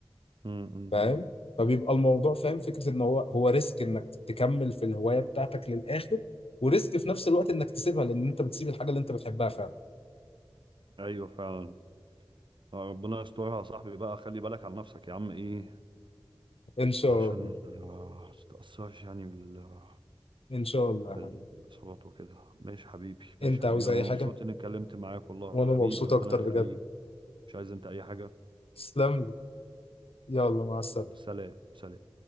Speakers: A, on the right; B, on the left.
A: امم
B: فاهم فبيبقى الموضوع فاهم فكره ان هو هو ريسك انك تكمل في الهوايه بتاعتك للاخر وريسك في نفس الوقت انك تسيبها لان انت بتسيب الحاجه اللي انت بتحبها فعلا
A: ايوه فعلا آه، ربنا يسترها يا صاحبي بقى خلي بالك على نفسك يا عم ايه
B: ان شاء
A: عشان
B: الله
A: آه، ما تتأثرش يعني بال
B: ان شاء الله
A: بالإصابات
B: يا حبيبي
A: وكده ماشي حبيبي ماشي
B: انت
A: حبيبي
B: عاوز اي
A: أنا مبسوط
B: حاجه
A: إني اتكلمت معاك والله
B: وانا
A: حبيبي
B: مبسوط
A: ربنا
B: اكتر
A: يخليك
B: بجد
A: مش عايز أنت أي حاجة
B: تسلم لي يلا مع السلامه
A: سلام سلام